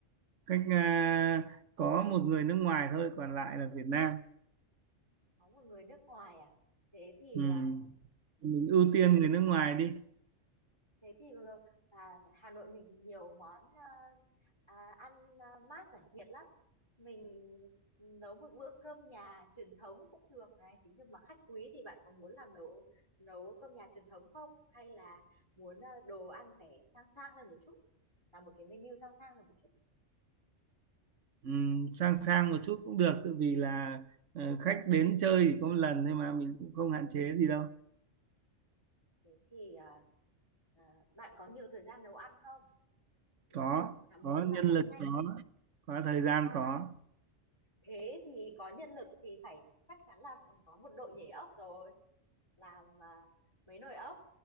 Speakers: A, on the right; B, on the left.
A: Cách à, có một người nước ngoài thôi, còn lại là Việt Nam.
B: có một người nước ngoài à thế thì
A: Ừ.
B: ờ,
A: Mình ưu tiên
B: ừ,
A: người nước ngoài đi.
B: thế thì vừa- à, Hà Nội mình thì nhiều món ờ, à, ăn ờ, mát giải nhiệt lắm mình nấu một bữa cơm nhà truyền thống cũng được này thế nhưng mà khách quý thì bạn có muốn làm nấu nấu cơm nhà truyền thống không hay là muốn ờ, đồ ăn phải sang sang lên một chút là một cái menu sang sang lên một chút
A: Ừ, sang sang một chút cũng được, tự vì là ờ, khách đến chơi chỉ có một lần thôi mà mình cũng không hạn chế gì đâu.
B: thế thì à, à, bạn có nhiều thời gian nấu ăn không ừ,
A: có
B: là muốn
A: có
B: làm
A: nhân
B: món
A: lực
B: nhanh
A: có có thời
B: à
A: gian có
B: thế thì có nhân lực thì phải chắc chắn là có một đội nhảy ốc rồi làm à, mấy nồi ốc